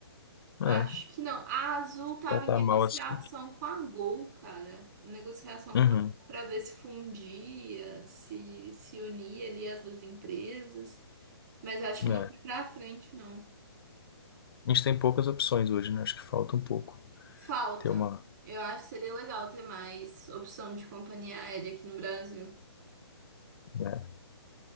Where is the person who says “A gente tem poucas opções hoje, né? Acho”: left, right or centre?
Left